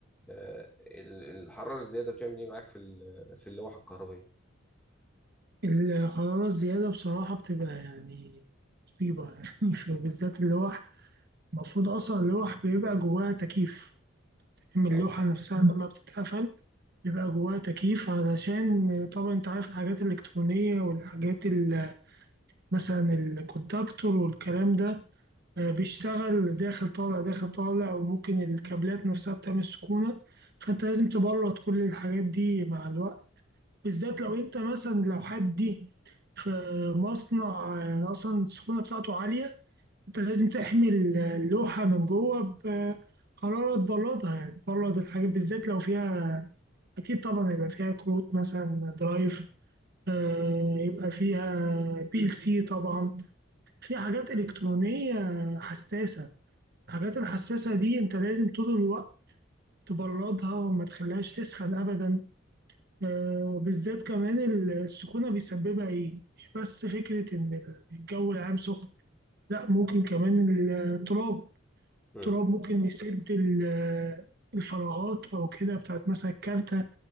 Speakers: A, in the centre; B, on the right.
A: آه، ال- الحرارة الزيادة بتعمل ايه معاك في ال- في اللوحة الكهربية
B: الحرارة الزيادة بصراحة بتبقى يعني مصيبة يعني <laughs> بالذات اللوح المفروض أصلا اللوح بيبقى جواها تكييف من
A: اه
B: اللوحة نفسها لما بتتقفل بيبقى جواها تكييف علشان طبعا أنت عارف الحاجات الإلكترونية والحاجات ال- مثلا الكونتاكتور والكلام ده آه، بيشتغل داخل طالع داخل طالع وممكن الكابلات نفسها بتعمل سخونة فأنت لازم تبرد كل الحاجات دي مع الوقت بالذات لو انت مثلا لو حد دي في مصنع آه، اصلا السخونه بتاعته عاليه انت لازم تحمي اللوحه من جوه بحراره تبردها يعني تبرد الحاجات بالذات لو فيها اكيد طبعا يبقى فيها كروت مثلا درايف آه، يبقى فيها بي ال سي طبعا في حاجات الكترونيه حساسه الحاجات الحساسه دي انت لازم طول الوقت تبردها ما تخليهاش تسخن ابدا آه، بالذات كمان السخونة بيسببها إيه؟ مش بس فكرة إن الجو العام سخن، لأ ممكن كمان التراب،
A: مم.
B: التراب ممكن يسد ال- الفراغات أو كده بتاعت مثلا الكارتة